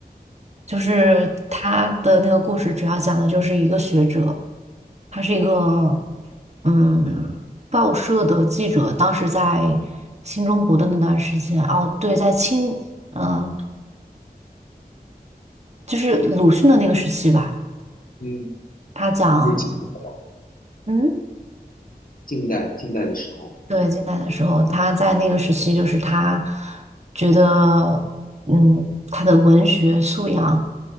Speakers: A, on the right; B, on the left.
A: 就是他的那个故事，主要讲的就是一个学者，他是一个嗯报社的记者，当时在新中国的那段时间，哦，对，在清，嗯、呃就是鲁迅的那个时期吧。
B: 嗯，
A: 他讲，
B: 就是近代
A: 嗯，
B: 近代近代的时候，
A: 对，
B: 嗯。
A: 近代的时候，他在那个时期，就是他觉得，嗯，他的文学素养